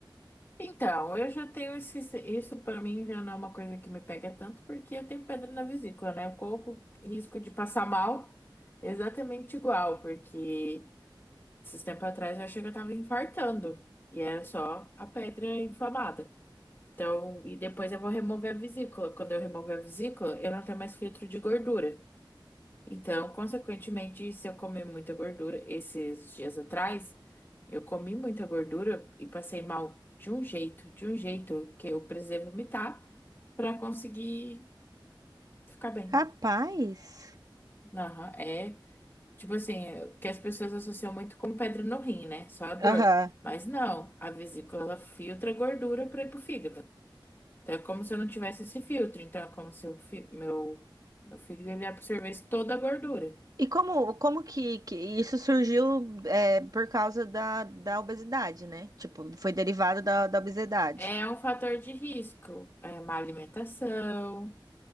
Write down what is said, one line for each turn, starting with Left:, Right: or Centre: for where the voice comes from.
Left: Então, eu já tenho esse, isso para mim já não é uma coisa que me pega tanto, porque eu tenho pedra na vesícula, né? Eu corro risco de passar mal exatamente igual, porque. Esses tempos atrás eu achei que eu tava infartando. E era só a pedra inflamada. Então, e depois eu vou remover a vesícula. Quando eu remover a vesícula, eu não tenho mais filtro de gordura. Então, consequentemente, se eu comer muita gordura, esses dias atrás, eu comi muita gordura e passei mal de um jeito, de um jeito que eu precisei vomitar pra conseguir ficar bem.
Right: Capaz.
Left: Aham, é Tipo assim, é, que as pessoas associam muito com pedra no rim, né? Só a dor.
Right: Aham.
Left: Mas não, a vesícula ela filtra a gordura para ir pro fígado. Então é como se eu não tivesse esse filtro. Então é como se o fí- meu, meu fígado ele absorvesse toda a gordura.
Right: E como, como que, que isso surgiu é, por causa da, da obesidade, né? Tipo, foi derivado da, da obesidade.
Left: É um fator de risco. É má alimentação,